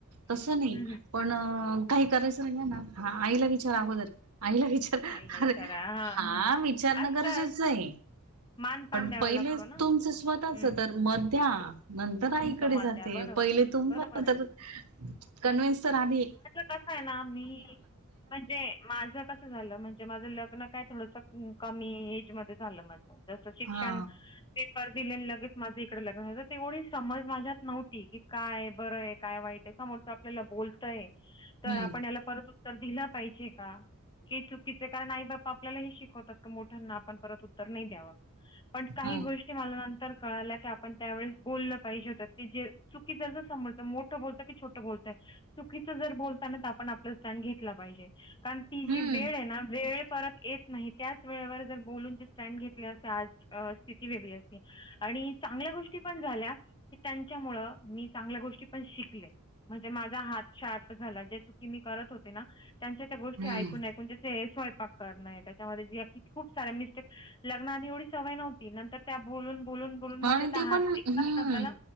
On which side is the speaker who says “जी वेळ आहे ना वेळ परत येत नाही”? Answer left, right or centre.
Left